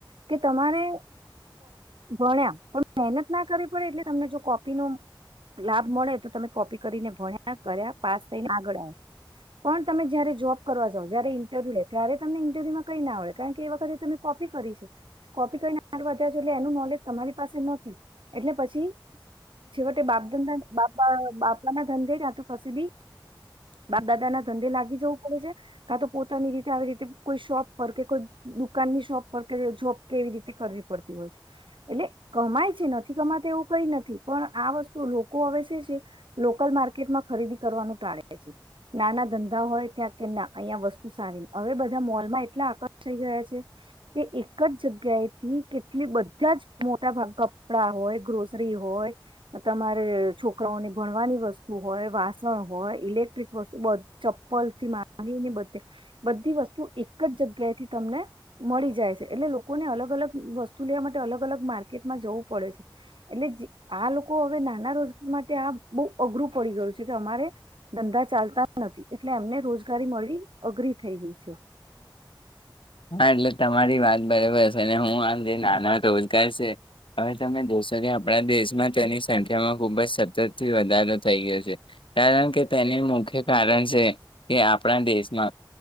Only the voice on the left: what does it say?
હા એટલે તમારી વાત બરાબર છે અને હું આે નાના રોજગાર છે હવે તમે જોશો કે આપણા દેશમાં તેની સંખ્યામાં ખુબ જ સતતથી વધારો થઈ ગયો છે કારણ કે તેને મુખ્ય કારણ છે કે આપણા દેશમાં